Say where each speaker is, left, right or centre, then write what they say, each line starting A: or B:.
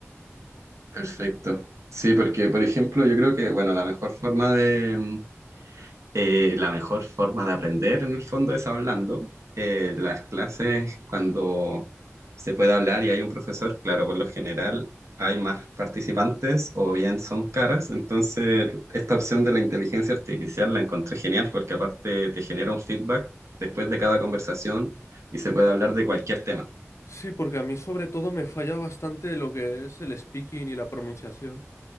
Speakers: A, on the right (about 75°); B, on the left (about 70°).
A: Perfecto. Sí, porque, por ejemplo, yo creo que, bueno, la mejor forma de, Eh, la mejor forma de aprender en el fondo es hablando. Eh, las clases, cuando se puede hablar y hay un profesor, claro, por lo general hay más participantes o bien son caras. Entonces, esta opción de la inteligencia artificial la encontré genial porque aparte te genera un feedback después de cada conversación y se puede hablar de cualquier tema.
B: Sí, porque a mí sobre todo me falla bastante lo que es el speaking y la pronunciación.